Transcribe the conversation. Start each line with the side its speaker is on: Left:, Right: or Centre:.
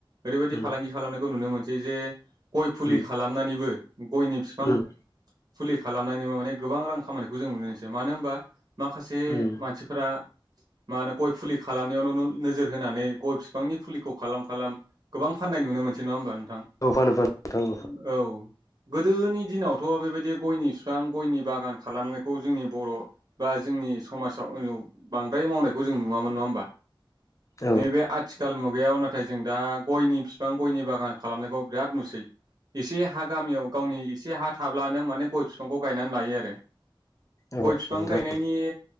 Right: ओरैबायदि
Left: उम
Right: फालांगि खालामनायखौ नुनो मोनसै दे जे गय फुलि
Left: उम
Right: खालामनानैबो गयनि फि
Left: उम ।
Right: फुलि खालामनायनिबो माने गोबां रां खामानिखौ जों नुनोसै मानो होनबा माखासे
Left: उम
Right: मानसिफोरा मा होनो गय फुलि खालामनायावनो नोजोर होनानै गय बिफांनि फुलिखौ खालाम खालाम गोबां फाननाय नुनो मोनसै नङा होमबा नोंथां?
Left: औ फानो फानो
Right: <unintelligible> औ। गोदोनि दिनावथ' बेबायदि गयनि बिफां गयनि बागान खालामनायखौ जोंनि बर' बा जोंनि समाजाव उनाव बांद्राय मावनायखौ जों नुवामोन नङा होमबा?
Left: नोंथां
Right: नैबे आथिखाल मुगायाव नाथाय जों दा गयनि बिफां गयनि बागान खालामनायखौ बिराद नुसै । एसे हा गामियाव गावनि एसे हा थाब्लानो माने गय बिफांखौ गायनानै लायो आरो ।
Left: औ
Right: गय बिफां
Left: नोंथां
Right: गायनायनि